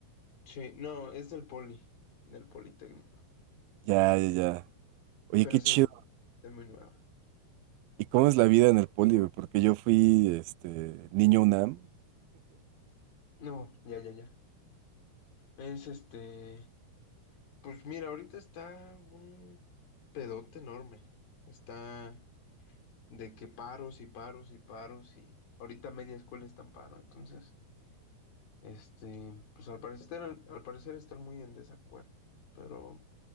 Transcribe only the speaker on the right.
Ya, ya, ya. Oye,
qué
chido.
¿Y cómo es la vida en el poli, güey? Porque yo fui, este, niño UNAM.